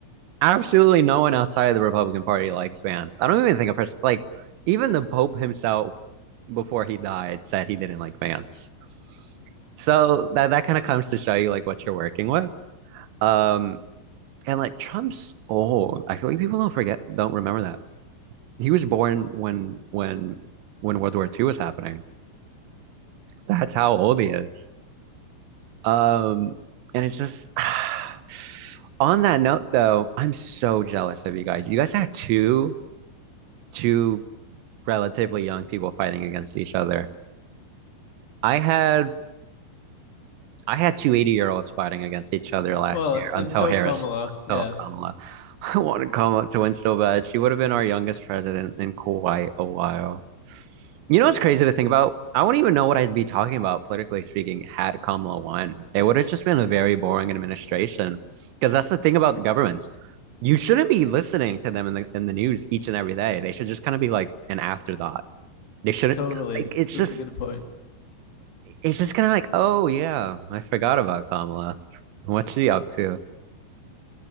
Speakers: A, on the right; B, on the left.
A: absolutely no one outside of the Republican Party likes Vance. I don't even think a person like even the Pope himself before he died said he didn't like Vance. So that that kind of comes to show you like what you're working with. Um and like Trump's old. I feel like people don't forget don't remember that. He was born when when when World War II was happening. That's how old he is. Um and it's just <sighs> on that note though, I'm so jealous of you guys. You guys had two two relatively young people fighting against each other. I had I had 280 year olds fighting against each other last
B: well,
A: year until
B: until
A: Harris
B: Kamala, yeah.
A: until Kamala. <laughs> I wanted Kamala to win so bad. She would have been our youngest president in quite a while. You know what's crazy to think about? I wouldn't even know what I'd be talking about politically speaking had Kamala won. It would have just been a very boring administration because that's the thing about the governments. You shouldn't be listening to them in the in the news each and every day. They should just kind of be like an afterthought. They shouldn't
B: Totally.
A: like it's
B: That's
A: just
B: a good point.
A: it's just kind of like, oh yeah, I forgot about Kamala. What's she up to?